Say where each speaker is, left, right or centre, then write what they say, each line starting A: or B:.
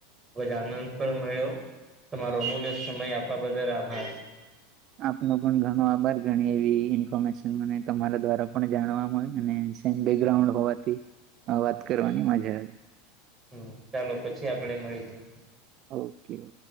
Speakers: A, on the right; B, on the right.
A: ખ જ આનંદ પણ મળ્યો તમારો અમૂલ્ય સમય આપવા બદલ આભાર
B: આપનો પણ ઘણો આભાર ઘણી એવી ઈન્ફોર્મેશન મને તમારા દ્વારા પણ જાણવા મળય અને બેકગ્રાઉન્ડ હોવાથી વાત કરવાની મજા
A: હમ ચાલો પછી આપડે મળીશું
B: ઓકે ઓ